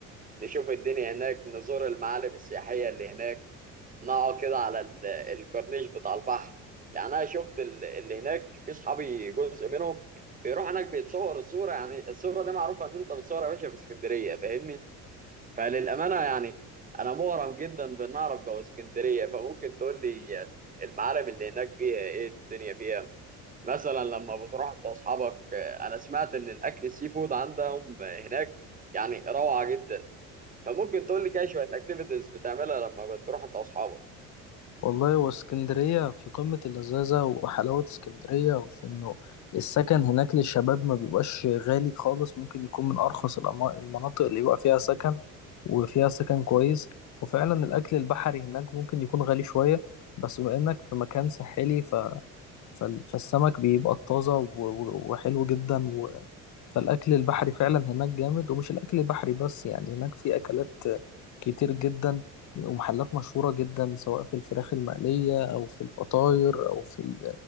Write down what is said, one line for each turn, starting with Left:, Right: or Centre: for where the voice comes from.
Right: نشوف الدنيا هناك نزور المعالم السياحية اللي هناك نقعد كده على ال- الكورنيش بتاع البحر يعني أنا شفت ال- اللي هناك في صحابي جزء منهم بيروح هناك بيتصور الصورة يعني الصورة دي معروفة إن أنت بتصور يا باشا في اسكندرية فاهمني؟ فللأمانة يعني أنا مغرم جدا بإن أعرف جو اسكندرية فممكن تقول لي المعالم اللي هناك فيها إيه الدنيا فيها؟ مثلا لما بتروح بأصحابك آه، أنا سمعت إن الأكل السي فود عندهم هناك يعني روعة جدا فممكن تقول لي كده شوية أكتيفيتيز بتعملها لما بتروح أنت وأصحابك
Left: والله واسكندرية في قمة اللذاذة وحلاوة اسكندرية وفي إنه السكن هناك للشباب ما بيبقاش غالي خالص ممكن يكون من أرخص الأما- المناطق اللي يبقى فيها سكن وفيها سكن كويس وفعلا الأكل البحري هناك ممكن يكون غالي شوية بس بما إنك في مكان ساحلي فال- فالسمك بيبقى طازة و- و- وحلو جدا و... فالأكل البحري فعلا هناك جامد ومش الأكل البحري بس يعني هناك في أكلات كتير جدا ومحلات مشهورة جدا سواء في الفراخ المقلية أو في الفطاير أو في ال...